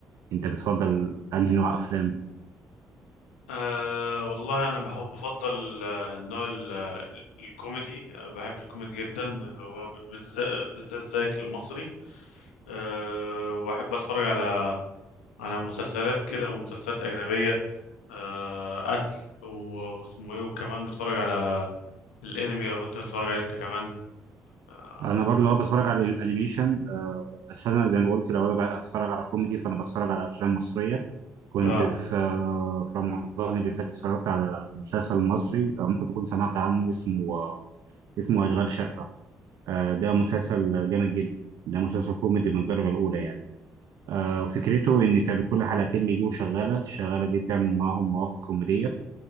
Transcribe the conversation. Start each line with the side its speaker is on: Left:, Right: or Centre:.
Right: انت بتفضل انهي نوع افلام
Left: أه والله انا بحب بفضل آه، النوع ال- آه، الكوميدي آه، بحب الكوميدي جدا اللي هو بالذات بالذات زيك المصري أه واحب اتفرج على على مسلسلات كده ومسلسلات اجنبيه أه قتل و- واسمه ايه وكمان بتفرج على الانمي لو انت بتتفرج عليه انت كمان اه,
Right: انا برضه هو بتفرج على الانيميشن آه، بس انا زي ما قلت لو انا بقى اتفرج على كوميدي فانا بتفرج على افلام مصريه كنت
Left: آه.
Right: في آه، في رمضان اللي فات اتفرجت على مسلسل مصري آه، ممكن تكون سمعت عنه اسمه اسمه أشغال شقة آه، ده مسلسل جامد جدا ده مسلسل كوميدي من الدرجة الأولى يعني آه، فكرته إن كان كل حلقتين بيجيبوا شغالة الشغالة دي بتعمل معاهم مواقف كوميدية